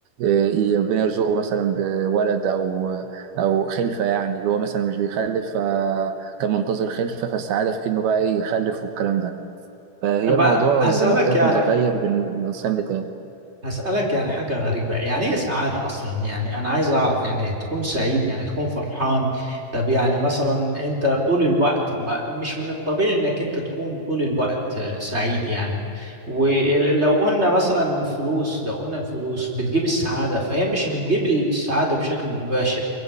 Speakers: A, on the right; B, on the right.
A: آه، ربنا يرزقه مثلا بولد أو أو خلفة يعني اللي هو مثلا مش بيخلف فكان منتظر خلفة فالسعادة في إنه بقى إيه يخلف والكلام ده فهي
B: طب
A: الموضوع
B: هسألك
A: زي ما قلت لك
B: يعني
A: متغير بين من إنسان لتاني
B: هسألك يعني حاجة غريبة يعني ايه سعادة أصلا يعني أنا عايز أعرف يعني تكون سعيد يعني تكون فرحان طب يعني مثلا أنت طول الوقت ما مش من الطبيعي إنك أنت تكون طول الوقت آه، سعيد يعني ولو قلنا مثلا الفلوس لو قلنا الفلوس بتجيب السعادة فهي مش بتجيب السعادة بشكل مباشر